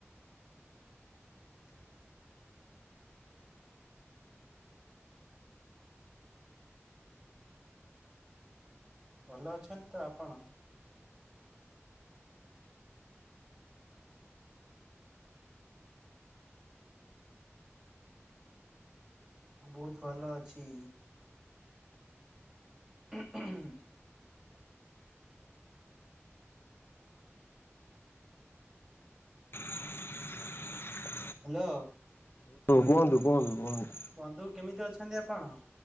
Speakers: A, on the right (about 15°); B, on the left (about 55°).
A: <inaudible> ଭଲ ଅଛନ୍ତି ତ ଆପଣ? ମୁଁ ବହୁତ୍ ଭଲ ଅଛି। ହୁଁ
B: <inaudible>
A: ହାଲୋ।
B: କୁହନ୍ତୁ କୁହନ୍ତୁ କୁହନ୍ତୁ।
A: ବନ୍ଧୁ କେମିତି ଅଛନ୍ତି ଆପଣ?